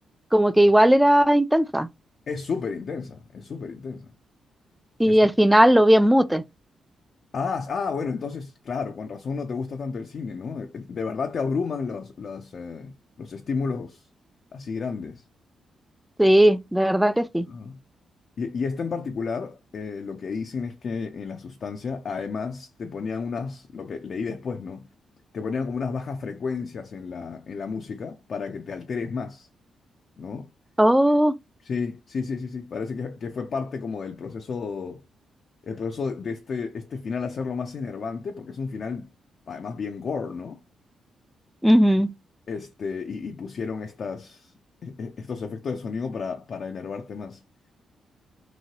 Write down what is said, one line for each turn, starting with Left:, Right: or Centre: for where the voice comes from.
Centre: como que igual era intensa.
Left: Es súper intensa, es súper intensa.
Centre: Y
Left: Es-
Centre: el final lo vi en mute.
Left: ah, ah, bueno, entonces, claro, con razón no te gusta tanto el cine, ¿no? De, de verdad te abruman los, los, eh, los estímulos así grandes.
Centre: Sí, de verdad que sí.
Left: Ah. Y, y esta en particular, eh, lo que dicen es que en la sustancia, además, te ponían unas, lo que leí después, ¿no? Te ponían como unas bajas frecuencias en la, en la música para que te alteres más, ¿no?
Centre: Oh,
Left: Eh, Sí, sí, sí, sí, sí. Parece que, que fue parte como del proceso, el proceso de este, este final hacerlo más enervante, porque es un final, además, bien gore, ¿no?
Centre: Ujú.
Left: Este, y, y pusieron estas, e- e- estos efectos de sonido para, para enervarte más.